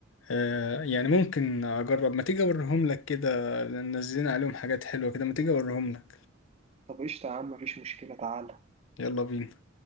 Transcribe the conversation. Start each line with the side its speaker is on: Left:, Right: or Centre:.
Left: آه يعني ممكن اجرب ما تيجي اوريهم لك كده لأن نزلنا عليهم حاجات حلوة كده ما تيجي اوريهم لك
Right: طب قشطه يا عم مفيش مشكله تعال
Left: يلا بينا